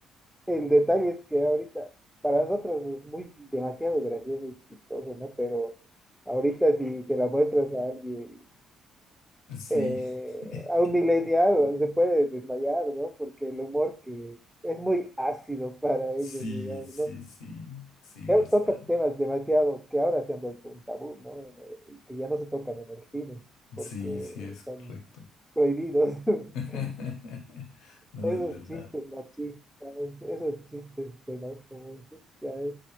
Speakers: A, in the centre; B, on the left.
A: el detalle es que ahorita, para nosotros es muy demasiado gracioso y chistoso, ¿no? Pero ahorita si se la muestras a alguien,
B: Sí,
A: eh,
B: <laughs>
A: a un millennial, se puede desmayar, ¿no? Porque el humor que es muy ácido para
B: sí,
A: ellos, digamos,
B: sí,
A: ¿no?
B: sí, sí,
A: to-
B: bastante.
A: toca temas demasiado que ahora se han vuelto un tabú, ¿no? Eh, Que ya no se tocan en el cine porque
B: Sí, sí, es
A: están
B: correcto.
A: prohibidos. <laughs>
B: <laughs> No,
A: Esos
B: es verdad.
A: chistes machistas, esos chistes xenófobos, ya es